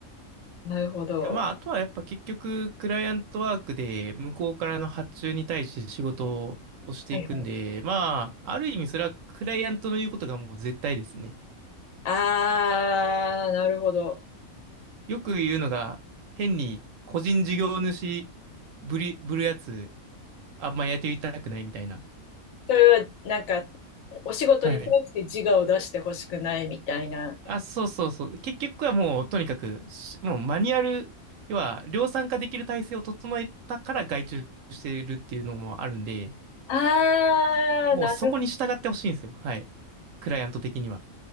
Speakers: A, on the left; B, on the right.
A: なるほど。
B: や、まあ、あとはやっぱ結局、クライアントワークで向こうからの発注に対して仕事をしていくんで、
A: はいはい。
B: まあ、ある意味それはクライアントの言うことがもう絶対ですね。
A: あー、なるほど。
B: よく言うのが、変に個人事業主ぶり、ぶるやつ、あんまやってみたくないみたいな。
A: それは、なんか、お仕事に対して自我を出してほしくないみたいな。
B: はい。あ、そうそうそう。結局はもう、とにかくし、もうマニュアル、要は量産化できる体制を整えたから外注してるっていうのもあるんで、
A: あー、
B: もうそこに従ってほしいんですよ。
A: なるほど。
B: はい。クライアント的には。